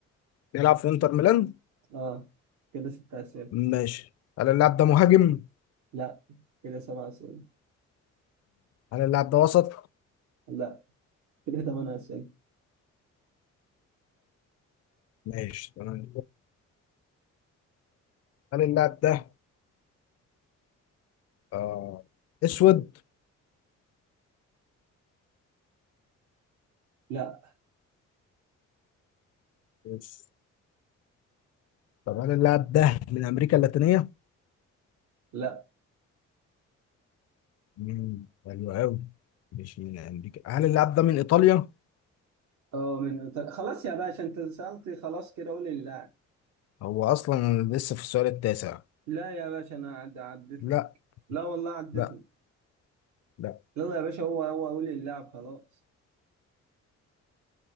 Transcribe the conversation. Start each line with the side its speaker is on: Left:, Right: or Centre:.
Left: بيلعب في انتر ميلان؟
Right: اه كده ست أسئلة
Left: ماشي هل اللاعب ده مهاجم؟
Right: لا كده سبع أسئلة
Left: هل اللاعب ده وسط؟
Right: لا كده ثمان أسئلة
Left: ماشي تمام هل اللاعب ده آه اسود
Right: لا
Left: بس. طب هل اللاعب ده من امريكا اللاتينيه
Right: لا
Left: مم، حلو قوي مش من امريكا هل اللاعب ده من ايطاليا
Right: اه من إيطاليا خلاص يا باشا أنت سألتي خلاص كده قولي اللاعب
Left: هو اصلا لسه في السؤال التاسع
Right: لا يا باشا أنا عد... عديت
Left: لا
Right: لك لا والله عديت
Left: لا
Right: لك
Left: لا
Right: يلا يا باشا هو هو قولي اللاعب خلاص